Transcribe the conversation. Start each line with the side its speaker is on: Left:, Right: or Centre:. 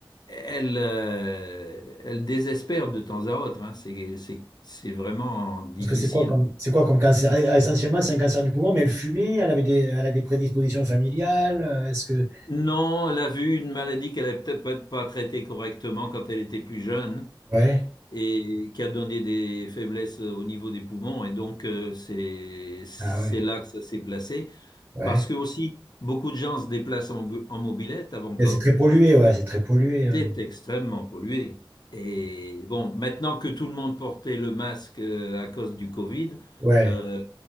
Left: elle, euh, elle désespère de temps à autre. hein. C'est, c'est, c'est vraiment difficile.
Right: Parce que c'est quoi comme, c'est quoi comme cancer? Eh, ah, Essentiellement, c'est un cancer du poumon, mais elle fumait, elle avait des, elle a des prédispositions familiales. euh, Est-ce que.
Left: Non, elle a vu une maladie qu'elle n'avait peut-être pas pas traitée correctement quand elle était plus jeune
Right: Ouais.
Left: et qui a donné des faiblesses au niveau des poumons. Et donc, euh, c'est, c'est
Right: Ah ouais.
Left: là que ça s'est placé.
Right: Ouais.
Left: Parce que aussi, beaucoup de gens se déplacent en, bu- en mobilette à Bangkok.
Right: Et C'est très pollué, ouais, c'est très pollué. euh.
Left: C'était extrêmement pollué. Et bon, maintenant que tout le monde portait le masque euh, à cause du Covid,
Right: Ouais.
Left: euh,